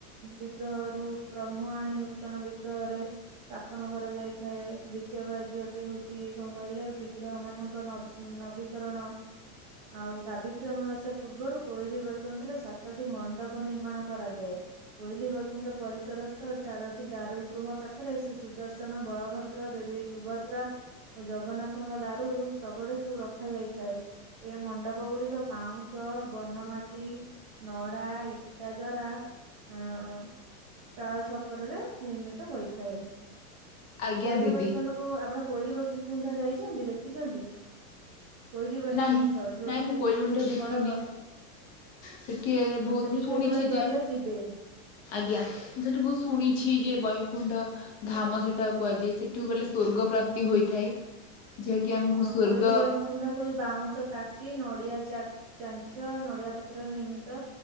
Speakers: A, on the right; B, on the left.
A: ବିଗ୍ରହରୁ ବ୍ରହ୍ମ ଆଣି ନୂତନ ବିଗ୍ରହରେ ସ୍ଥାପନ କରାଯାଇଥାଏ ଦ୍ଵିତୀୟ କାର୍ଯ୍ୟଟି ହଉଛି କଣ କହିଲେ ବିଗ୍ରହ ମାନ ଙ୍କ ନବ-ନବୀକରଣ। ଆଉ ସାବିତ୍ରୀ ଅମାବାସ୍ୟା ପୂର୍ବରୁ କୋଇଲି ବୈକୁଣ୍ଠରେ ସାତଟି ମଣ୍ଡପ ନିର୍ମାଣ କରାଯାଏ। କୋଇଲି ବୈକୁଣ୍ଠ ପରିସରସ୍ଥ ଚାରୋଟି ଦାରୁଗୃହ ପାଖରେ ଶ୍ରୀ ସୁଦର୍ଶନ ବଳଭଦ୍ର ଦେବୀ ସୁଭଦ୍ରା ଓ ଜଗନ୍ନାଥଙ୍କ ଦାରୁ ସବୁଗୁଡ଼ିକୁ ରଖାଯାଇଥାଏ ଏ ମଣ୍ଡପ ଗୁଡିକ ବାଉଁଶ ବନମାଟି ନଡା ଇଟା ଦ୍ୱାରା ଉଁ ଚାଳ ଛପରରେ ନିର୍ମିତ ହୋଇଥାଏ।
B: ଆଜ୍ଞା
A: କୋଇଲି
B: ଦିଦି
A: ବୈକୁଣ୍ଠ କୁ ଆପଣ କୋଇଲି ବୈକୁଣ୍ଠ ଯାଇଛନ୍ତି ଦେଖିଛନ୍ତି? କୋଇଲି ବୈକୁଣ୍ଠ
B: ନାହିଁ
A: ଯୋଉଠିିକି
B: ନାଇଁ ମୁଁ କୋଇଲବଣ୍ଠ
A: ସେଠି
B: ଦେଖିନି
A: ବଡଗ
B: ସେଠି ବହୁତ
A: ହଁ ସେଠି
B: ମୁଁ ଶୁଣିଛି
A: କେତେବେଳେ
B: ଯେ
A: ଗଲେ ଯିବେ।
B: ଆଜ୍ଞା, ମୁଁ ସେଇଠି ବହୁତ ଶୁଣିଛି ଯେ ବୈକୁଣ୍ଠ ଧାମ ସେଟାକୁ କୁହାଯାଏ ସେଠୁ ଗଲେ ସ୍ଵର୍ଗ ପ୍ରାପ୍ତି ହୋଇଥାଏ। ଯାହାକି ଆମକୁ
A: ହଁ
B: ସ୍ଵର୍ଗ
A: କହିଲି ବୈକୁଣ୍ଠ କୁ ବାଉଁଶ ତା ଟି ନଡିଆ ଚା-ଚାଞ୍ଚ ନଡିଆ ପତ୍ରରେ ନିର୍ମିତ